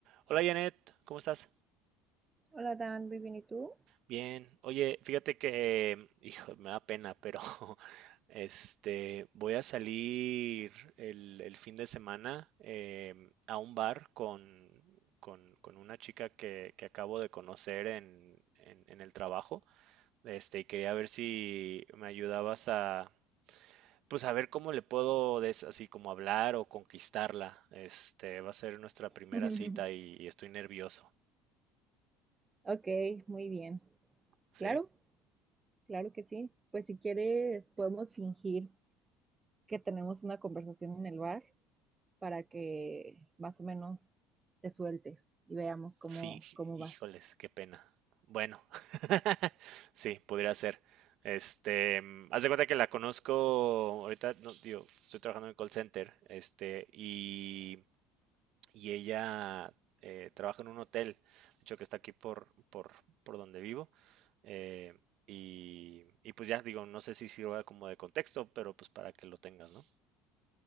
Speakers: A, on the right; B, on the right.
A: Hola Janet, ¿cómo estás?
B: Hola Dan, muy bien, ¿y tú?
A: Bien. Oye, fíjate que, hijo, me da pena, pero <laughs> este, voy a salir el, el fin de semana em, a un bar con, con- con una chica que, que acabo de conocer en, en- en el trabajo. Este, y quería ver si me ayudabas a, pues a ver cómo le puedo des- así como hablar o conquistarla. Este, va a ser nuestra primera
B: <laughs>
A: cita y y estoy nervioso,
B: Ok, muy bien.
A: ¿sí?
B: Claro, claro que sí. Pues si quieres, podemos fingir que tenemos una conversación en el bar para que más o menos te sueltes y veamos cómo,
A: Finge,
B: cómo
A: híjoles,
B: vas.
A: qué pena. Bueno, <laughs> sí, podría ser. Este, mm, haz de cuenta que la conozco ahorita, no, digo, estoy trabajando en el call center, este, y, y ella eh, trabaja en un hotel, de hecho que está aquí por, por, por donde vivo. eh, y, y pues ya, digo, no sé si sirva como de contexto, pero pues para que lo tengas, ¿no?